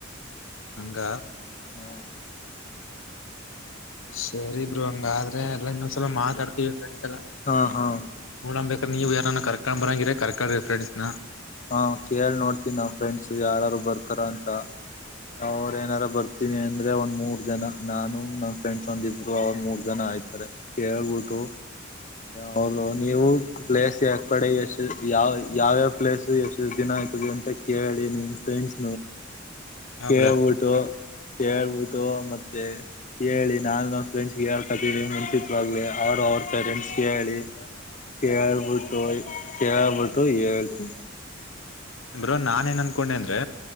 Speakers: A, on the left; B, on the left.
A: ಹಂಗ
B: ಹ್ಮ
A: ಸರಿ ಬರು ಹಂಗಾದ್ರೆ ಎಲ್ಲಾ ಇನ್ನೊಂದ್ಸಲ ಮಾತಾಡ್ತಿವಿ ಫ್ರೆಂಡ್ಸ್ ಎಲ್ಲ
B: ಹಾ ಹಾ
A: ನಡಬೇಕ ನೀವು ಯಾರ ಕರ್ಕೊಂಡ್ ಬರಂಗರ ಕರೆಕ್ ಫ್ರೆಂಡ್ಸ್ನ
B: ಹಾ ಕೇಳ್ ನೋಡ್ತೀನಿ ನ್ ಫ್ರೆಂಡ್ಸು ಯಾರಾರು ಬರ್ತಾರ ಅಂತ ಅವ್ರ ಏನಾರ ಬರ್ತೀನಿ ಅಂದ್ರೆ ಒಂದ್ ಮೂರ್ ಜನ ನಾನು ನಮ್ ಫ್ರೆಂಡ್ಸ್ ಒಂದಿಬ್ರು ಅವ್ರ ಮೂರ್ ಜನ ಆಯ್ತಾರೆ ಕೇಳ್ಬಿಟ್ಟು ಹೌದು ನೀವು ಪ್ಲೇಸ್ ಯ ಕಡೆ ಎಷ್ಟು ಯಾವ ಯಾವ್ಯಾವ ಪ್ಲೇಸು ಎಷ್ಟುಷ್ಟು ದಿನ ಆಯ್ತದೆ ಅಂತ ಕೇಳಿ ನಿಮ್ಮ ಫ್ರೆಂಡ್ಸ್
A: ಹಾ
B: ಕೇಳಬಊಟ್ಟು
A: ಬ್ರೋ
B: ಹೇಳ್ಬಿಟ್ಟು ಮತ್ತೆ ಹೇಳಿ ನಾು ನ ಫ್ರೆಂಡ್ಸ್ ಹೇಳ್ ಕತೀ ಮುಂಚತ್ವಾಗ್ಲಿ ಅವರು ಅವ್ರ ಪೇರೆಂಟ್ಸ್ ಕ ಹೇಳಿ
A: ಹ
B: ಕೇಳ್ಬಿಟ್ಟು ಕೇಳ್ಬಿಟ್ಟು ಹೇಳ್ತೀನಿ
A: ಬ್ರೋ ನಾನ ಏನ್ ಅನ್ಕೊಂಡೆ ಅಂದ್ರೆ